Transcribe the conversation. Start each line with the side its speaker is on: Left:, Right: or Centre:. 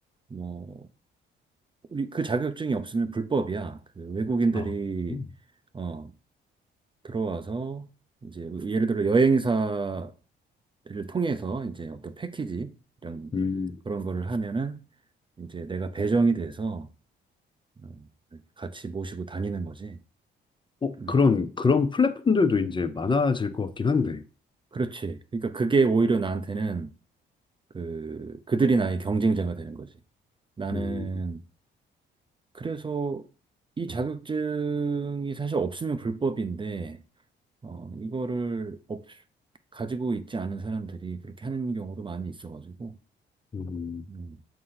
Right: 뭐 우리 그 자격증이 없으면 불법이야. 그 외국인들이
Left: 아, 음,
Right: 어, 들어와서 이제 예를 들어 여행사를 통해서 이제 어떤 패키지 이런
Left: 음.
Right: 그런 거를 하면은 이제 내가 배정이 돼서 음, 같이 모시고 다니는 거지.
Left: 어,
Right: 음,
Left: 그런 그런 플랫폼들도 이제 많아질 것 같긴 한데.
Right: 그렇지. 그러니까 그게 오히려 나한테는 그 그들이 나의 경쟁자가 되는 거지. 나는
Left: 음,
Right: 그래서 이 자격증이 사실 없으면 불법인데 어, 이거를 없, 가지고 있지 않은 사람들이 그렇게 하는 경우도 많이 있어가지고.
Left: 음.
Right: 음.